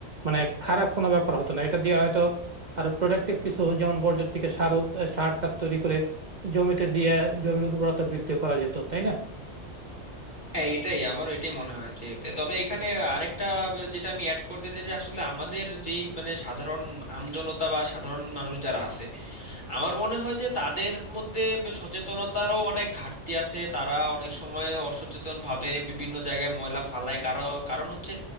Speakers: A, on the right; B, on the left.
A: মানে খারাপ কোনো ব্যাপার হতো না এটা দিয়ে হয়তো আরো প্রোডাক্টিভ কিছু যেমন বর্জ্য থেকে সার উৎ- সার টার তৈরি করে জমিতে দিয়ে জমির উর্বরতা বৃদ্ধি করা যেত তাই না
B: হ্যাঁ এটাই আমারও এটাই মনে হয় যে তবে এখানে আরেকটা যেটা আমি অ্যাড করতে চাই যে আসলে আমাদের যেই মানে সাধারণ আমজনতা বা সাধারণ মানুষ যারা আছে আমার মনে হয় যে তাদের মধ্যে বে- সচেতনতারও অনেক ঘাটতি আছে তারা অনেক সময় অসচেতন ভাবে বিভিন্ন জায়গায় ময়লা ফালায় কারা- কারণ হচ্ছে